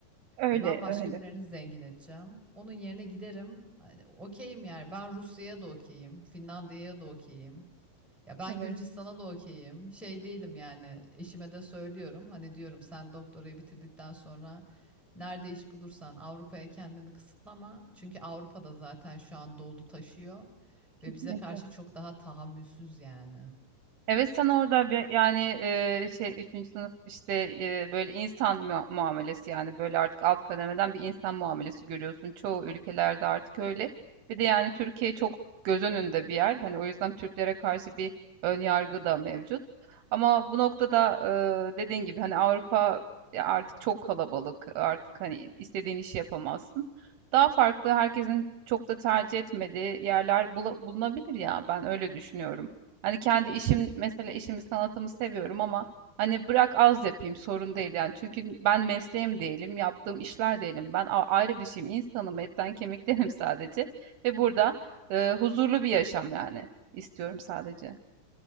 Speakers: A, on the right; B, in the centre.
A: öyle,
B: Ve ben başka
A: öyle.
B: birilerini zengin edeceğim. Onun yerine giderim. Hani okeyim yani. Ben Rusya'ya da okeyim. Finlandiya'ya da okeyim. Ya ben
A: Evet,
B: Gürcistan'a da okeyim. Şey değilim yani eşime de söylüyorum. Hani diyorum sen doktorayı bitirdikten sonra nerede iş bulursan Avrupa'ya kendini kısıtlama. Çünkü Avrupa'da zaten şu an doldu taşıyor
A: kesinlikle.
B: ve bize karşı çok daha tahammülsüz yani.
A: Evet sen orada bir yani eee, şey 3. sınıf işte eee, böyle insan mua- muamelesi yani böyle artık alt kademeden bir insan muamelesi görüyorsun. Çoğu ülkelerde artık öyle. Bir de yani Türkiye çok göz önünde bir yer. Hani o yüzden Türklere karşı bir ön yargı da mevcut. Ama bu noktada eee, dediğin gibi hani Avrupa ya artık çok kalabalık. Artık hani istediğin işi yapamazsın. Daha farklı herkesin çok da tercih etmediği yerler bula- bulunabilir ya ben öyle düşünüyorum. Hani kendi işim mesela işimi sanatımı seviyorum ama hani bırak az yapayım sorun değil yani. Çünkü ben mesleğim değilim, yaptığım işler değilim. Ben a- ayrı bir şeyim, insanım, etten kemiktenim <laughs> sadece. Ve burada e, huzurlu bir yaşam yani istiyorum sadece.